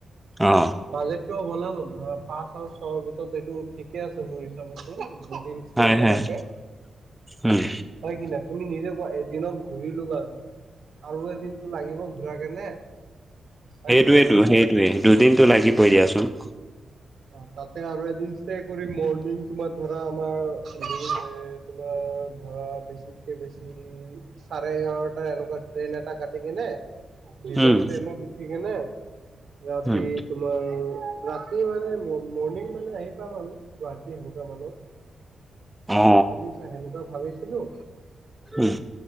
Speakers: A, in the centre; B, on the right.
A: অ
B: বাজেটটো বনালো, ধৰা পাঁচ আৰু ছয়ৰ ভিতৰত এইটো ঠিকে আছে মোৰ হিচাপতো দুদিন ষ্টে
A: হয়
B: কৰাকে
A: হয় উম
B: হয় কি না তুমি নিজে ক এদিনত ঘূৰিলো লবা আৰু এদিনতটো লাগিব ঘূৰাক কেনে হয়
A: সেইটোৱেইটো
B: কি নাই
A: সেইটোৱেই দুদিনটো লাগিবই দিয়াচোন।
B: অ তাতে আৰু এদিন কৰি মৰ্ণিং তোমাৰ ধৰা আমাৰ এ তোমাৰ ধৰা বেছিতকে চাৰে এঘাৰটা এনেকুৱা ট্ৰেইন এটা কাটি কিনে দিনত
A: উম
B: ট্ৰেইনো উঠিকেনে ৰাতি
A: উম
B: তোমাৰ ৰাতি মানে মৰ্ণিং মানে আহি পাম আৰু গুৱাহাটী সেনেকুৱা মানুহ
A: অ
B: বুজিছা সেনেকুৱা ভাবিছিলোঁ
A: উম